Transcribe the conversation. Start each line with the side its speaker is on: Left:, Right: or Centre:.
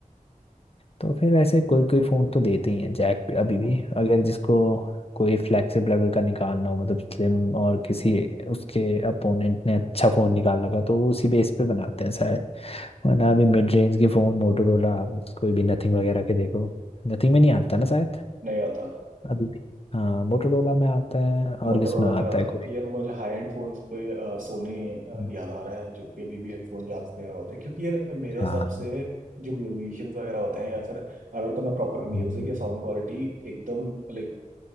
Left: तो फिर वैसे कोई कोई फ़ोन तो देते ही हैं जैक पे अभी भी अगर जिसको कोई फ्लैगशिप लेवल का निकालना हो मतलब स्लिम और किसी उसके अपोनेंट ने अच्छा फ़ोन निकाल लगा तो वो उसी बेस पे बनाते हैं शायद वरना अभी मिड रेंज के फ़ोन मोटोरोला कोई भी नथिंग वगैरह के देखो नथिंग में नहीं आता ना शायद
Right: नहीं आता
Left: अभी भी हाँ मोटोरोला में आता है और
Right: मोटोरोला
Left: किसमें आता
Right: पे आता
Left: है कोई
Right: है यार मुझे हाई एंड फोन्स पे अ, सोनी अ,
Left: हम्म,
Right: याद आ रहा है जो कि अभी भी हेडफोन जैक्स दे रहा होता है क्योंकि यार मेरे
Left: हाँ
Right: हिसाब से जो म्यूजिशियंस वगैरह होते हैं या फिर अगर तो मैं प्रॉपर म्यूजिक
Left: हम्म,
Right: या साउंड क्वालिटी एकदम लाइक